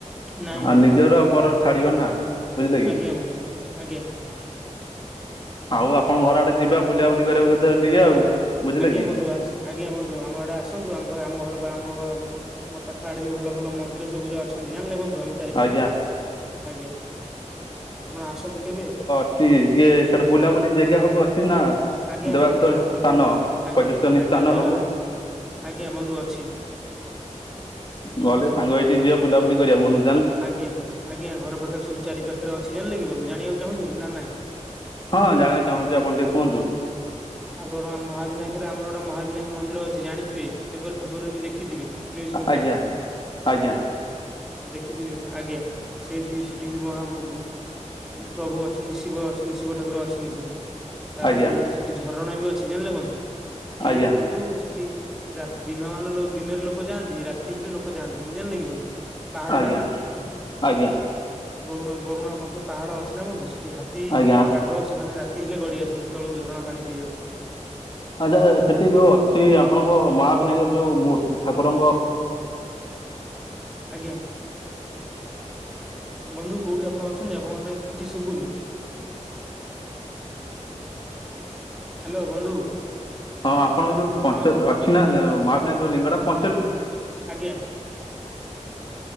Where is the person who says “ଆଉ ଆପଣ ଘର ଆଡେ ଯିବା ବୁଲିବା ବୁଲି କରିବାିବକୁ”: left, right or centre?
Left